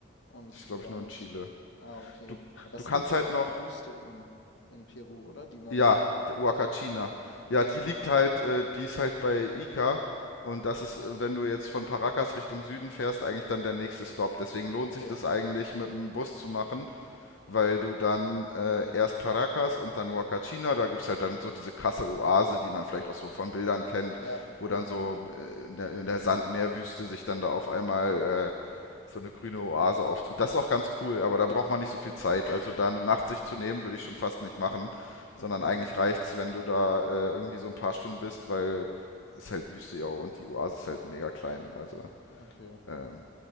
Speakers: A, on the left; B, on the left.
A: und
B: Das ist, glaube
A: gar
B: ich, nur
A: nicht.
B: in Chile.
A: Ah, okay.
B: Du,
A: Aber
B: du
A: es
B: kannst
A: gibt doch
B: halt
A: auch
B: noch
A: eine Wüste in, in Peru, oder? Die man.
B: Ja, Wakachina. Ja,
A: Ja,
B: die
A: genau.
B: liegt halt, äh, die ist halt bei Ica. Und das ist, äh, wenn du jetzt von Paracas Richtung Süden fährst, eigentlich dann der nächste Stop. Deswegen lohnt
A: Okay.
B: sich das eigentlich, mit dem Bus zu machen, weil du dann äh, erst Paracas und dann Huacachina, da gibt's halt dann so diese krasse Oase, die man vielleicht auch so von Bildern kennt,
A: Ja,
B: wo
A: ja,
B: dann so äh, in der, in der Sandmeerwüste sich dann da auf einmal äh, so eine grüne Oase auftut. Das ist auch ganz cool, aber da braucht man nicht so viel Zeit. Also da eine Nacht sich zu nehmen, würde ich schon fast nicht machen, sondern
A: okay.
B: eigentlich reicht's, wenn du da äh, irgendwie so ein paar Stunden bist, weil es halt Wüste ja und die Oase ist halt mega klein. Also
A: Okay.
B: ähm,